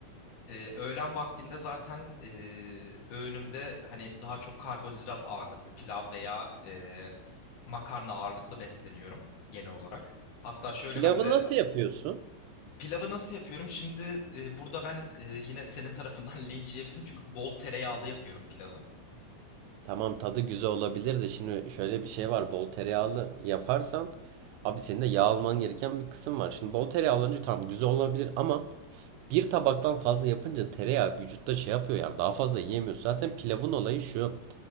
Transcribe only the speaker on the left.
E, öğlen vaktinde zaten e, öğünümde hani daha çok karbonhidrat ağırlıklı pilav veya e, makarna ağırlıklı besleniyorum genel olarak. Hatta şöyle
ben de
pilavı nasıl yapıyorum? Şimdi e, burada ben e, yine senin tarafından <laughs> linç yiyebilirim çünkü bol tereyağlı yapıyorum pilavı.